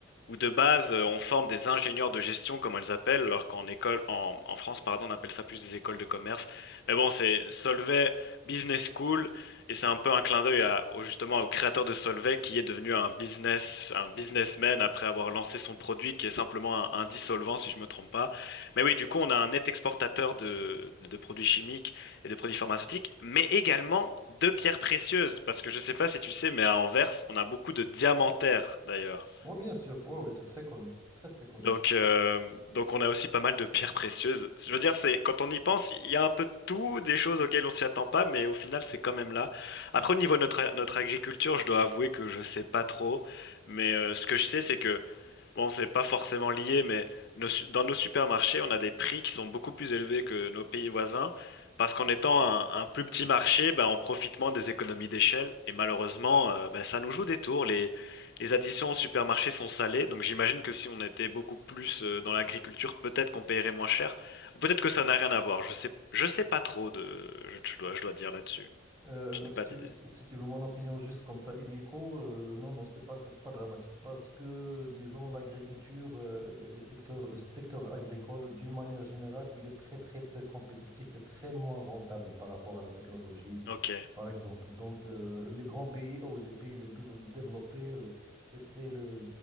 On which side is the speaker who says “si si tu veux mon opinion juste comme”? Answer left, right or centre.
Right